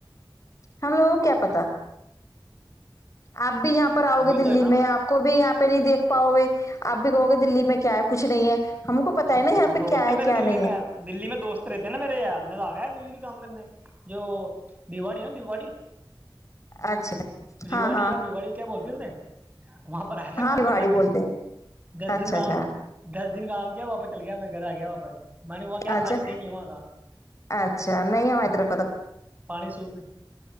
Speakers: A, on the left; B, on the right.
A: ہم لوگوں کو کیا پتا آپ بھی یہاں پر آؤ
B: وہی
A: گے دلی
B: تو ہے نا
A: میں آپ کو بھی یہاں پہ پہ نہیں دھ پاؤ گے آپ بھی کہو گے دلی میں کیا ہے کچھ نہیں ہے ہم کو پتا ہے نا یہاں پہ
B: دوست
A: کیا
B: ہے میرے
A: کیا
B: دلی
A: نہیں
B: میں
A: ہے
B: دلی میں دوست رہتے نا میرے یار نے داگا ہے دلی کام کرنا ہے جو دیواڑی ہے نا بیواڑی
A: اچھا
B: ریوڑی
A: ہاں ہاں
B: یا بوڑی کیا بولتیسے وہاں پر آیا تھا کام
A: ہاں بھاڑی
B: کرنے میں
A: بولتے ہیں
B: دس
A: اچھا
B: دن کام
A: اچھا
B: دس دن کام کیا واپس چل گیا میں گھر آ گیا واپس میں نے وہاں کیا
A: اچھا
B: پانی صحیح نہیں وہاں کا
A: اچھا نہیں ہماری طرف پ
B: پانی سوٹ